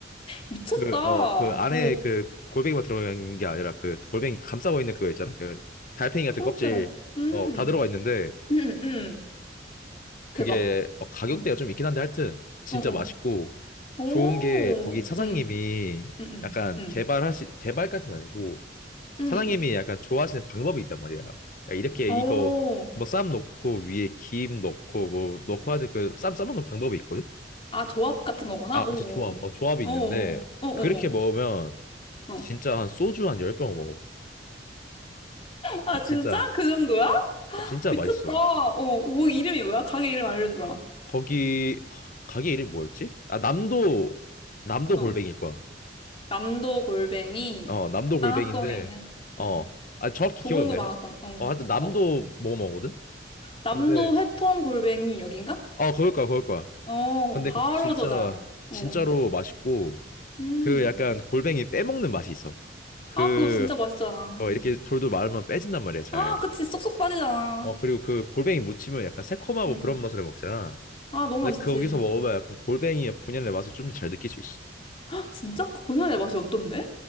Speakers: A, on the left (about 30°); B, on the left (about 45°).
A: 미쳤다.
B: 그, 어, 그 안에
A: 어,
B: 그 골뱅이만 들어가 있는 게 아니라 그 골뱅이 감싸고 있는 그거 있잖아. 그 달팽이 같은
A: 통째로.
B: 껍질.
A: 음,
B: 어, 다 들어가 있는데
A: 음, 음.
B: 그게
A: 대박.
B: 어, 가격대가
A: 응,
B: 좀 있긴 한데 하여튼 진짜
A: 어, 어.
B: 맛있고
A: 오,
B: 좋은 게 거기 사장님이
A: 응, 응, 응,
B: 약간
A: 응,
B: 개발하시, 개발까지는 아니고
A: 응.
B: 사장님이 약간 좋아하시는 방법이 있단 말이야. 야, 이렇게
A: 오,
B: 이거 뭐 쌈 넣고 위에 김 넣고 뭐 넣고 하듯 그쌈 싸먹는 방법이 있거든?
A: 아, 조합 같은 거구나?
B: 아,
A: 오,
B: 그치, 조합. 어, 조합이
A: 오,
B: 있는데
A: 오, 오,
B: 그렇게
A: 오.
B: 먹으면
A: 오. 어.
B: 진짜 한 소주 한 10병 먹어.
A: 아,
B: 아,
A: 진짜?
B: 진짜.
A: 그 정도야?
B: 아, 진짜
A: 미쳤다.
B: 맛있어.
A: 어, 거기 이름이 뭐야? 가게 이름 알려주라.
B: 거기 하, 가게 이름이 뭐였지? 아, 남도 남도
A: 어.
B: 골뱅일 거야.
A: 남도 골뱅이
B: 어, 남도
A: 방학동에
B: 골뱅인데
A: 있는
B: 어.
A: 음,
B: 아, 정확히
A: 도봉구
B: 기억이 안 나요.
A: 방학동.
B: 하-
A: 어.
B: 어, 하여튼 남도
A: 어,
B: 뭐 먹거든?
A: 남도
B: 근데
A: 회통 골뱅이 여긴가?
B: 어, 그럴 거야, 그럴 거야.
A: 어,
B: 근데
A: 바로
B: 그 진짜
A: 저장. 어.
B: 진짜로 맛있고
A: 음.
B: 그 약간 골뱅이 빼먹는 맛이 있어. 그
A: 아, 그거 진짜 맛있잖아. 음.
B: 어, 이렇게 돌돌 말으면 빼진단 말이야 잘.
A: 아, 그치. 쏙쏙 빠지잖아.
B: 어 그리고 그 골뱅이 무침은 약간 새콤하고
A: 음.
B: 그런 맛을 먹잖아.
A: 아, 너무 맛있지.
B: 근데 거기서 먹어봐야 약간 골뱅이의 본연의 맛을 좀 더 잘 느낄 수 있어.
A: 헉, 진짜? 그 본연의 맛이 어떤데?